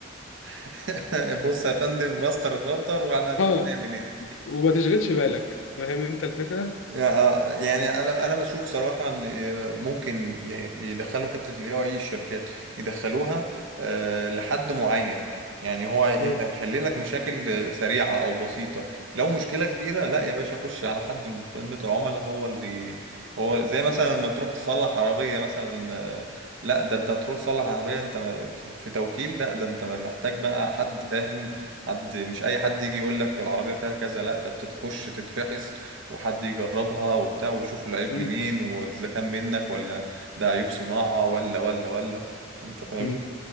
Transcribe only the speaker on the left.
اه
وما تشغلش بالك فاهم انت الفكره
مم.
مم.
مم.